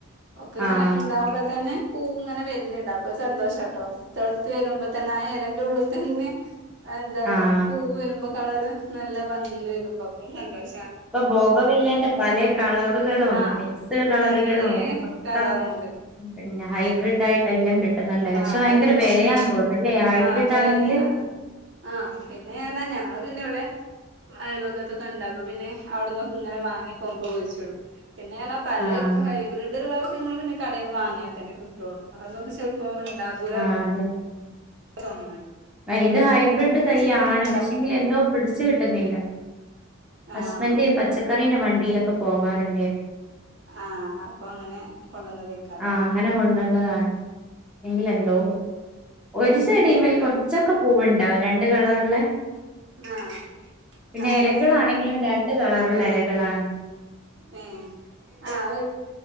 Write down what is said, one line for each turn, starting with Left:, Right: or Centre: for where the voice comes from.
Right: ഒക്കെ ഇങ്ങനെ
Centre: ആഹ്
Right: ഇണ്ടാവുമ്പോ തന്നെ പൂ ഇങ്ങനെ വെര്ണ് ണ്ട് അപ്പൊ ഒരു സന്തോഷാ ട്ടോ തെള്ത്ത് വെര്മ്പോ തന്നെ ആ എലന്റെ ഉള്ള്ത്തെന്നെ എന്താ
Centre: ആഹ്
Right: പൂവ് വെരുമ്പോ കളറ് നല്ല ഭംഗിൽ വരുമ്പോ അപ്പൊരു സന്തോഷം
Centre: ഇപ്പൊ ഭോഗൻവില്ലെന്റെ പലെ കളറുകളും
Right: ആഹ്
Centre: മിക്സ്ഡ്
Right: ഇപ്പൊ
Centre: കളറുകളും
Right: പലേ
Centre: ഒക്ക
Right: കളറുണ്ട്
Centre: പിന്ന ഹൈബ്രിഡ് ആയിട്ട് എല്ലം കിട്ട് പക്ഷെ
Right: ആഹ്
Centre: ഭയങ്കര
Right: എല്ലാം
Centre: വെലയാ
Right: കിട്ടും
Centre: തോന്നുന്നു അല്ലേ ഹൈബ്രിഡ്
Right: ആഹ് വെലയാണ്
Centre: ആണെങ്കില്
Right: ആഹ് പിന്നെറഞ്ഞ ഞങ്ങള് പിന്നെ ഇവിടെ അയൽവക്കത്തൊക്കെ ഇണ്ട് അപ്പൊപിന്നെ അവ്ടന്നൊക്കെ ഇങ്ങനെ വാങ്ങി കൊമ്പ് കുഴിച്ചിടും പിന്നെപറഞ്ഞ പലെ
Centre: ആഹ്
Right: ഹൈബ്രിഡ് ഇള്ളതൊക്കെ നമ്മൾ പിന്നെ കടയിൽന്ന് വാങ്ങിയ തന്നെ കിട്ടൊള്ളൂ അതൊക്കെ ഇപ്പൊ ഉണ്ടാകൂല
Centre: ആഹ് അതെ
Right: <inaudible> നമ്മള്
Centre: ഇത് ഹൈബ്രിഡ്
Right: കൊമ്പൊക്കെ കുഴിച്ചിട്ടാഞ്ഞ
Centre: തൈ ആണ്
Right: ഉണ്ടാവും
Centre: പക്ഷെങ്കിൽ എന്തോ പിടിച്ച് കിട്ട്ന്നില്ല ഹസ്ബൻഡ്
Right: ആഹ്
Centre: പച്ചക്കറീന്റെ വണ്ടീലൊക്കെ പോവാറ്ണ്ടേര്ന്നു
Right: ആഹ് അപ്പൊ അങ്ങനെ കൊണ്ടന്നതയ്ക്കാരം
Centre: ആഹ് <unintelligible>
Right: എന്താ
Centre: ക്കെ പൂവുണ്ടാവും രണ്ട് കളറ്ള്ളെ
Right: ആഹ്
Centre: പിന്നെ
Right: അങ്ങനെ
Centre: എലകളാണെങ്കിലും ണ്ട് കളറ്ള്ള എലകളാണ്
Right: ഏഹ് ആഹ്